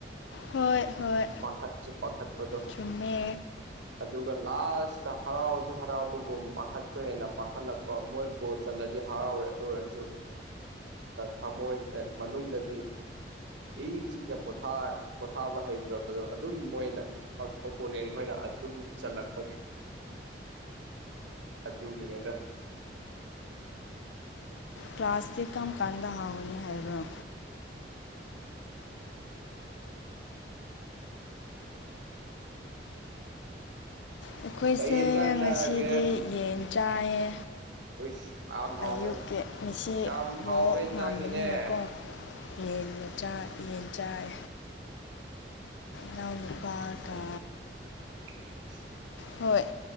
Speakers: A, on the left; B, on the right.
A: ꯍꯣꯏ ꯍꯣꯏ
B: ꯄꯈꯥꯠ ꯆꯦ ꯄꯈꯠꯄꯗ
A: ꯆꯨꯝꯃꯦ
B: ꯑꯗꯨꯒ ꯂꯥꯁꯇ ꯍꯔꯥꯎꯁꯨ ꯍꯔꯥꯎꯕꯒꯨꯝ ꯄꯥꯈꯠꯁꯨ ꯍꯦꯟꯅ ꯄꯥꯈꯠꯂꯛꯄ ꯃꯣꯏ ꯕꯣꯠ ꯆꯠꯂꯗꯤ ꯍꯔꯥꯎꯋꯦ ꯑꯗꯨ ꯑꯣꯏꯔꯁꯨ ꯊꯃꯣꯏ ꯃꯅꯨꯡꯗꯗꯤ ꯏ ꯆꯤꯛꯅ ꯄꯣꯊ ꯄꯣꯊꯥꯕ ꯍꯩꯇ꯭ꯔꯕ ꯑꯗꯣ ꯑꯗꯨꯝ ꯃꯣꯏꯅ ꯑꯣꯄꯣꯅꯦꯟ ꯈꯣꯏꯅ ꯑꯗꯨꯝ ꯆꯜꯂꯛꯄꯒꯤ ꯑꯨ ꯅꯦꯗ
A: ꯀ꯭ꯂ꯭ꯂꯥꯥꯁꯇꯤꯀꯝ ꯀꯗ ꯍꯥꯎꯅꯤ ꯍꯥꯏꯕ꯭ꯔꯣ ꯑꯩꯈꯣꯏꯁꯦ
B: ꯀꯩ ꯌꯦꯟꯁꯥꯡ
A: ꯉꯁꯤꯗꯤ
B: ꯆꯥꯔꯒꯦ
A: ꯌꯦꯟ ꯆꯥꯏꯌꯦ
B: ꯍꯁ ꯌꯥꯝ ꯍꯥꯎꯕ
A: ꯑꯌꯨꯛꯀꯤ ꯉꯁꯤ
B: ꯌꯥꯝ ꯍꯥꯎꯕ
A: ꯃꯣꯔꯣꯛ
B: ꯏꯟꯁꯥꯡꯅꯤꯅꯦ
A: ꯉꯥꯟꯕꯅꯤꯅꯀꯣ ꯌꯦꯟꯒ ꯌꯦꯟ ꯆꯥꯏ ꯅꯥꯎꯅ ꯄꯥ ꯀ
B: ꯍ
A: ꯍꯣꯏ